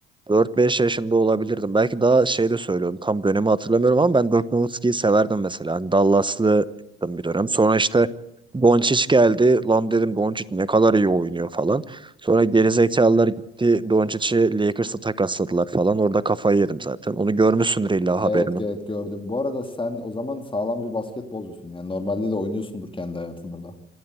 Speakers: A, on the right (about 15°); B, on the left (about 15°).
A: 4-5 yaşında olabilirdim. Belki daha şey de söylüyorum. Tam dönemi hatırlamıyorum ama ben Dirk Nowitzki'yi severdim mesela. Hani Dallas'lı bir dönem. Sonra işte Doncic geldi. Lan dedim Doncic ne kadar iyi oynuyor falan. Sonra gerizekalılar gitti. Doncic'i Lakers'a takasladılar falan. Orada kafayı yedim zaten. Onu görmüşsündür illa
B: Evet
A: haberini.
B: evet gördüm. Bu arada sen o zaman sağlam bir basketbolcusun. Yani normalde de oynuyorsundur kendi hayatında da.